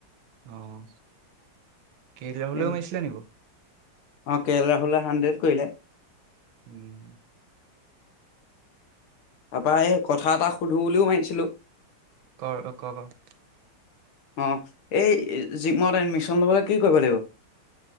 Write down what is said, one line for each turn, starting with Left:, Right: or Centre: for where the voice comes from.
Right: অ', কে ৰাহুললেওঁ
Left: এ
Right: মাৰিছিলে নে বাৰু?
Left: অ', কে ৰাহুলে হাণ্ড্ৰেড কৰিলে।
Right: উম।
Left: তাৰপা এই কথা এটা সুধো বুলিওঁ মাৰিছিলো।
Right: কৰ, অ' ক ক।
Left: অ', এই জিমত এডমিশ্যন ল'বলৈ কি কৰিব লাগিব?